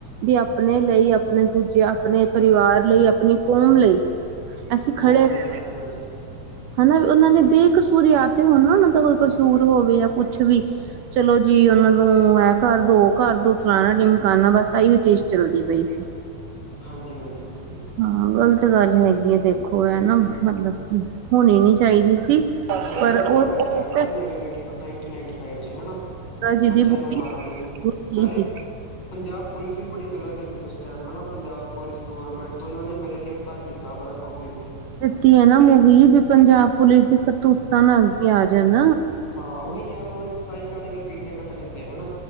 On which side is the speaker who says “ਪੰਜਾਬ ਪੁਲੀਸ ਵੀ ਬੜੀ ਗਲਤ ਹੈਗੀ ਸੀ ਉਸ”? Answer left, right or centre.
Left